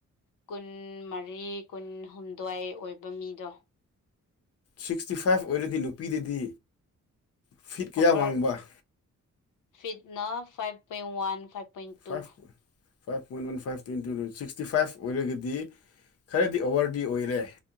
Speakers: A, on the left (about 85°); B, on the left (about 50°).
A: ꯀꯨꯟ ꯃꯔꯤ ꯀꯨꯟꯍꯨꯝꯗꯣꯏ ꯑꯣꯏꯕ ꯃꯤꯗꯣ
B: ꯁꯤꯛꯁꯇꯤ ꯐꯥꯏꯚ ꯑꯣꯏꯔꯗꯤ ꯅꯨꯄꯤꯗꯗꯤ ꯐꯤꯠ ꯀꯌꯥ
A: ꯑꯣꯚꯔ
B: ꯋꯥꯡꯕ
A: ꯐꯤꯠꯅ five point one five point two
B: five five point one five twenty sixty five ꯑꯣꯏꯔꯒꯗꯤ ꯈꯔꯗꯤ ꯑꯣꯚꯔꯗꯤ ꯑꯣꯏꯔꯦ